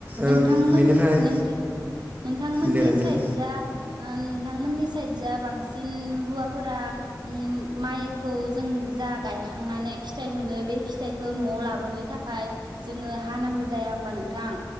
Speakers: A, on the right; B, on the right.
A: नोंथांमोन
B: ओम बेनिफ्राय
A: नों नोंथांमोननि
B: दे नोंथां
A: साइद जा ओ नोंथांमोननि साइद जा बांसिन हुवाफोरा माइखौ जों जा गायखांनानै फिथाइ मोनो बे फिथाइखौ न'आव लाबोनो थाखाय जों हानांगौ जाया होनबा नों थां